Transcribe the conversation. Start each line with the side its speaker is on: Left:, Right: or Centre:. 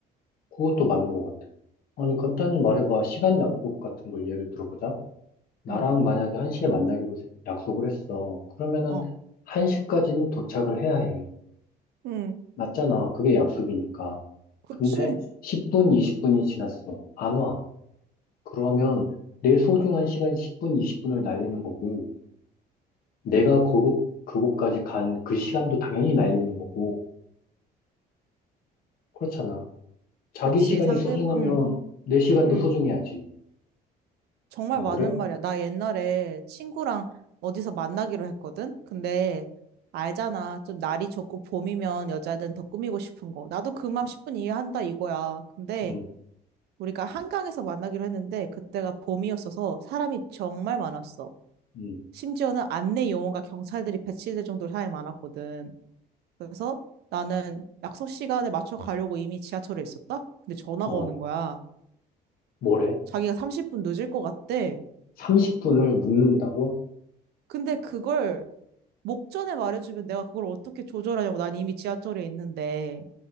Left: 그것도 맞는 것 같아. 아니, 간단히 말해봐. 시간 약속 같은 걸 예를 들어보자. 나랑
Right: 응,
Left: 만약에 1시에 만나기로 세- 약속을 했어. 그러면은
Right: 어.
Left: 1시까지는 도착을 해야 해.
Right: 응,
Left: 맞잖아. 그게 약속이니까.
Right: 그치.
Left: 근데 10분, 20분이 지났어. 안 와. 그러면 내 소중한 시간 10분, 20분을 날리는 거고, 내가 그곳, 그곳까지 간 그 시간도 당연히 날리는 거고, 그렇잖아. 자기
Right: 그치.
Left: 시간이
Right: 상대,
Left: 소중하면
Right: 응,
Left: 내 시간도
Right: 응.
Left: 소중해야지.
Right: 정말
Left: 안
Right: 많은
Left: 그래?
Right: 말이야. 나 옛날에 친구랑 어디서 만나기로 했거든? 근데 알잖아. 좀 날이 좋고 봄이면 여자들은 더 꾸미고 싶은 거. 나도 그 마음 10분 이해한다 이거야. 근데
Left: 응,
Right: 우리가 한강에서 만나기로 했는데 그때가 봄이었어서 사람이 정말 많았어.
Left: 응.
Right: 심지어는 안내 요원과 경찰들이 배치될 정도로 사람이 많았거든. 그래서 나는 약속 시간에 맞춰 가려고 이미 지하철에 있었다? 근데 전화가
Left: 어,
Right: 오는 거야.
Left: 뭐래?
Right: 자기가 30분 늦을 것 같대.
Left: 30분을 묵는다고
Right: 근데 그걸 목전에 말해주면 내가 그걸 어떻게 조절하냐고. 난 이미 지하철에 있는데.